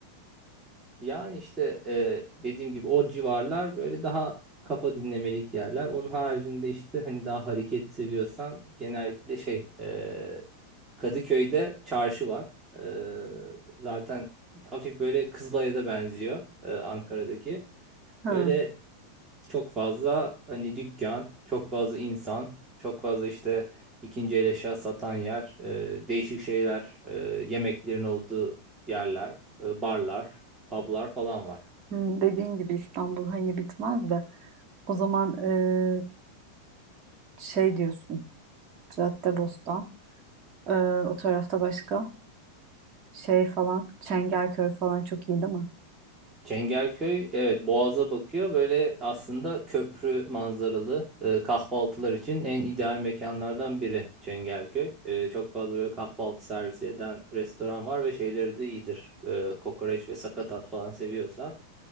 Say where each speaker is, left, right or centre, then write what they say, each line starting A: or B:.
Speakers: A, on the right; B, on the right.
A: Yani işte e, dediğim gibi o civarlar böyle daha kafa dinlemelik yerler. Onun haricinde işte hani daha hareket seviyorsan genellikle şey e, Kadıköy'de çarşı var. E, zaten hafif böyle Kızılay'a da benziyor e, Ankara'daki.
B: hı,
A: Böyle çok fazla hani dükkan, çok fazla insan, çok fazla işte ikinci el eşya satan yer, e, değişik şeyler, e, yemeklerin olduğu yerler, e, barlar, publar falan var.
B: hı, dediğin gibi İstanbul hani bitmez de o zaman e, şey diyorsun Caddebostan e, o tarafta başka şey falan Çengelköy falan çok iyi değil mi?
A: Çengelköy evet Boğaz'a bakıyor. Böyle aslında köprü manzaralı e, kahvaltılar için en ideal mekanlardan biri Çengelköy. E, çok fazla böyle kahvaltı servisi eden restoran var ve şeyleri de iyidir. E, kokoreç ve sakatat falan seviyorsan